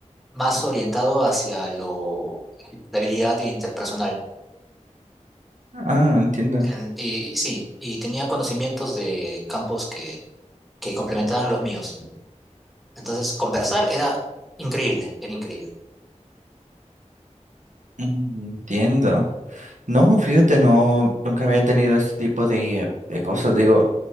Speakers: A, in the centre; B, on the right.
A: más orientado hacia lo, la habilidad interpersonal.
B: Ah, entiendo.
A: En- Y sí, y tenía conocimientos de campos que, que complementaban los míos. Entonces, conversar era increíble, era increíble.
B: Mm, Entiendo. No, fíjate, no, nunca había tenido este tipo de, de cosas. Digo,